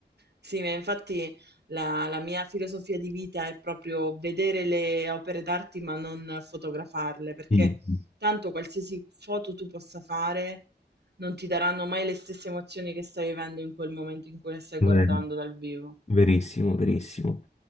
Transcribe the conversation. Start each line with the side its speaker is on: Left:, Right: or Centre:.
Right: Sì, ma infatti la la mia filosofia di vita è proprio vedere le opere d'arte, ma non fotografarle, perché
Left: Mm.
Right: tanto qualsiasi foto tu possa fare non ti daranno mai le stesse emozioni che stai vivendo in quel momento in cui le stai
Left: Vero.
Right: guardando dal vivo.
Left: Verissimo, verissimo.